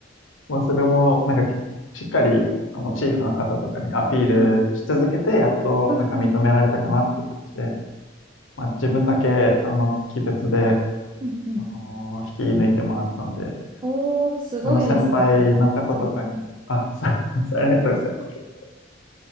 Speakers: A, on the left; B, on the right.
A: まあ、それも、なんかき、しっかり、あの、チーフの方とかにアピールし続けて、
B: はい。
A: やっと、
B: うん、
A: なんか認められたかなって感じで、
B: うん、うん、
A: まあ、自分だけ、あの、鬼別で、
B: うん、うん。
A: あのー引き抜いてもらったんで、自
B: おー、すごいですね。
A: 分の先輩の方とかにも、
B: うん
A: あ、そう、<laughs> さありがとうございます。